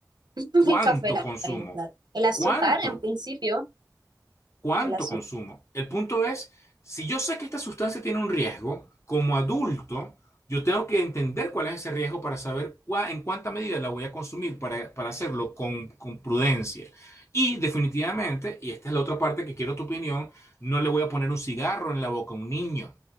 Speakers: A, on the right; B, on the left.
A: <laughs>
B: ¿cuánto
A: Mi café, la
B: consumo?
A: cafeína, claro. El azúcar,
B: ¿Cuánto?
A: en principio,
B: cuánto
A: el azúcar.
B: consumo. El punto es, si yo sé que esta sustancia tiene un riesgo, como adulto, yo tengo que entender cuál es ese riesgo para saber cuá- en cuánta medida la voy a consumir para, para hacerlo con, con prudencia. Y definitivamente, y esta es la otra parte que quiero tu opinión, no le voy a poner un cigarro en la boca a un niño.